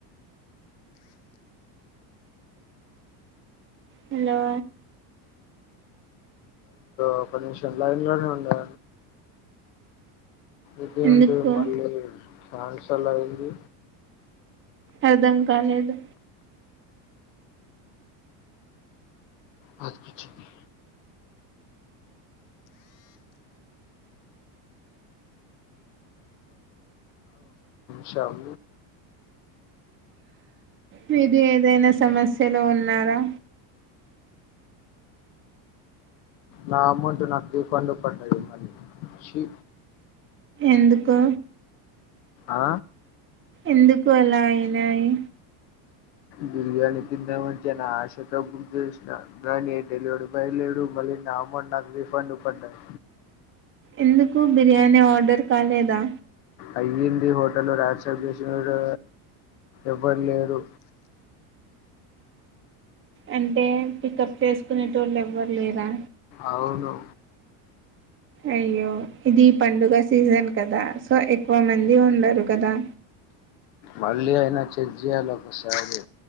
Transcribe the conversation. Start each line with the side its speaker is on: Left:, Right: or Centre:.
Right: హలో
Left: ఒక్కనిమిషం లైన్లోనే ఉండండి ఇదేంటి
Right: ఎందుకు
Left: మళ్ళీ క్యాన్సల్ అయింది
Right: అర్ధం కాలేదు
Left: బతికించింది షా <unintelligible>
Right: మీరు ఏదైనా సమస్యలో ఉన్నారా
Left: నా అమౌంట్ నాకు రిఫండ్ పడ్డది మళ్లీ చీ
Right: ఎందుకు
Left: ఆ
Right: ఎందుకు అలా అయినాయి
Left: బిర్యానీ తిందాం అని చాన ఆశతో బుక్ చేసిన కానీ డెలివరీ బాయ్ లేడు మళ్లీ నాఅమౌంట్ నాకు రిఫండ్ పడ్డాయ్
Right: ఎందుకు బిర్యానీ ఆర్డర్ కాలేదా
Left: అయ్యింది హోటల్లో యాక్సెప్ట్ చేసేవొడు ఎవ్వరు లేరు
Right: అంటే పికప్ చేసుకునేటోళ్ళు ఎవ్వరు లేరా
Left: అవును
Right: అయ్యో ఇది పండుగ సీజన్ కదా సో ఎక్కువ మంది ఉండరు కదా
Left: మళ్ళీ అయినా చెడ్చేయాల వసాది